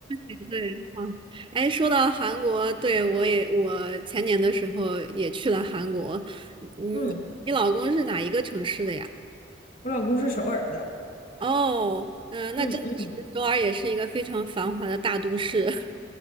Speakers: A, on the right; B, on the left.
A: 对，哇，哎，说到韩国，对，我也，我前年的时候也去了韩国。嗯，
B: 嗯，
A: 你老公是哪一个城市的呀？
B: 我老公是首尔的，
A: 哦，嗯、那真的是首尔也是一个非常繁华的大都市。
B: 嗯嗯。
A: <laughs>